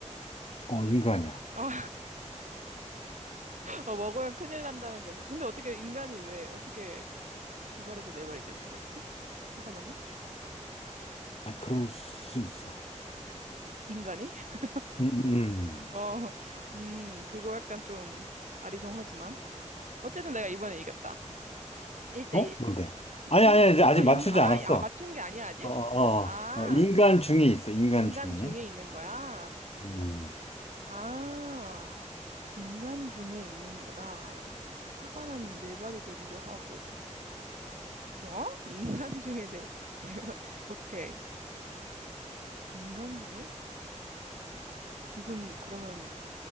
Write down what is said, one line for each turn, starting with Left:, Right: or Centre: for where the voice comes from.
Left: 어, 인간이야.
Right: 아, 어, 먹으면 큰일 난다는 거. 근데 어떻게 인간이 왜 어떻게 두 발에서 네 발이 될 수가 있지? 화가 나면?
Left: 아, 그럴 수 있어.
Right: 인간이? <laughs>
Left: 응, 응,
Right: 어, 음, 그거 약간 좀 아리송하지만. 어쨌든 내가 이번에 이겼다. 1대1.
Left: 응. 어? 뭔데? 아니,
Right: 인,
Left: 아니, 이제 아직
Right: 아,
Left: 맞추지
Right: 인, 아,
Left: 않았어.
Right: 아, 맞춘 게 아니야, 아직?
Left: 어, 어,
Right: 아,
Left: 어, 인간 중에 있어, 인간
Right: 인간
Left: 중에.
Right: 중에 있는 거야?
Left: 음.
Right: 아, 인간 중에 있는 거다. 화가 나면 네 발이 되기도 하고. 어? 인간 중에 네, 네 발. 오케이. 인간 중에? 지금 그러면